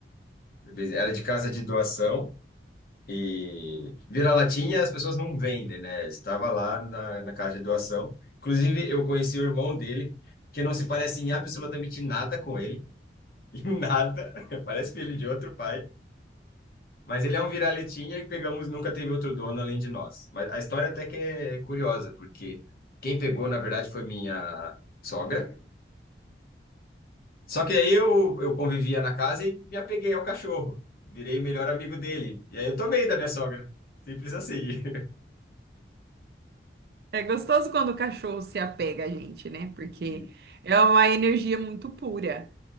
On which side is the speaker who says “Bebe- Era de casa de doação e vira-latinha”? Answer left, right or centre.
Left